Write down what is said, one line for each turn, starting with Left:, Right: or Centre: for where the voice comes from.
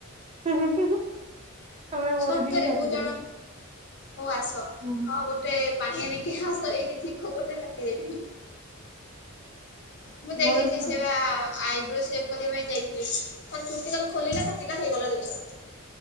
Right: ହୁଁ ହୁଁ ତମେ ମୋର
Left: ସତରେ
Right: ଟିକେ କାଟିଦେଲ।
Left: ବହୁତ ଜଣ ହଉ ଆସ।
Right: ହୁଁ।
Left: ହଁ ଗୋଟେ ପନିଆ ନେଇିକି ଆସ ଏଇଠି ଥିବ ଗୋଟେ କାଟିଦେବି। ମୁଁ ଦେଖିଚି
Right: ମୋର ଛୋଟ
Left: ସେଇ ବା ଆଇବ୍ରୋ ସେପ୍ କରିବା ପାଇଁ ଯାଇଥିଲି ଖାଲି ଚୁଟି ଖାଲି ଖୋଲିଲା କାଟିଲା ହେଇଗଲା ଦୁଇଶହ।